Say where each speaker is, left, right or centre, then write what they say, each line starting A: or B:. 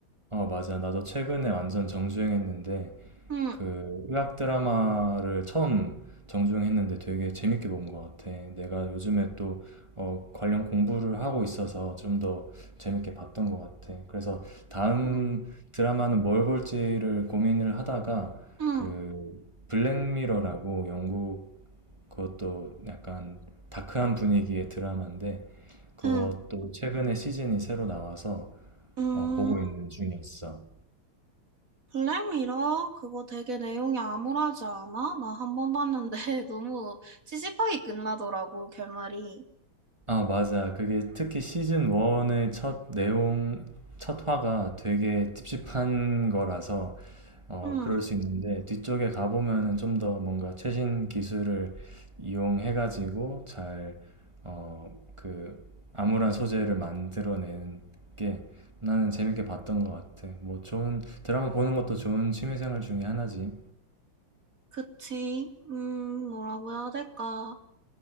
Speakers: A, on the right; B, on the right.
A: 어, 맞아. 나도 최근에 완전 정주행했는데,
B: 음,
A: 그 의학 드라마를 처음 정주행했는데 되게 재밌게 본 것 같아. 내가 요즘에 또 어, 관련 공부를 하고 있어서 좀 더 재밌게 봤던 것 같아. 그래서 다음
B: 음,
A: 드라마는 뭘 볼지를 고민을 하다가
B: 음,
A: 그 블랙미러라고 영국 그것도 약간 다크한 분위기의 드라마인데 그것도
B: 음.
A: 최근에 시즌이 새로 나와서
B: 음,
A: 어, 보고 있는 중이었어.
B: 블랙미러? 그거 되게 내용이 암울하지 않아? 나 한 번 봤는데 <laughs> 너무 찝찝하게 끝나더라고, 결말이.
A: 아, 맞아. 그게 특히 시즌 1의 첫 내용, 첫 화가 되게 찝찝한 거라서, 어,
B: 음,
A: 그럴 수 있는데, 뒤쪽에 가보면은 좀 더 뭔가 최신 기술을 이용해가지고 잘, 어, 그, 암울한 소재를 만들어내는 게 나는 재밌게 봤던 것 같아. 뭐, 좋은, 드라마 보는 것도 좋은 취미생활 중에 하나지.
B: 그치. 음, 뭐라고 해야 될까.